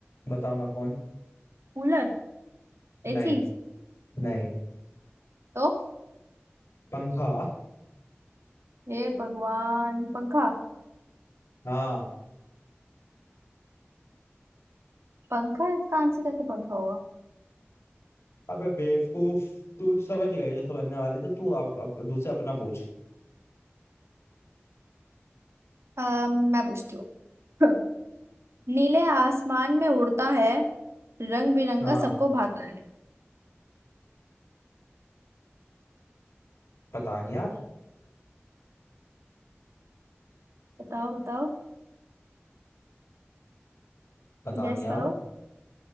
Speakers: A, on the left; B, on the right.
A: बताओ मैं कौन
B: कूलर एसी
A: नहीं नहीं
B: तो
A: पंखा
B: हे भगवान पंखा
A: हाँ
B: पंखा इसका आंसर कैसे पंखा होगा
A: अबे बेवकूफ तू समझ गए जैसे बनने वाले तो तू अब अब दूसरे अपना पूछ
B: अ, मैं पूछती हूँ <laughs> नीले आसमान में उड़ता है रंग बिरंगा
A: हाँ
B: सबको भाता है
A: पता नहीं यार
B: बताओ बताओ
A: पता
B: गैस
A: नहीं यार
B: करो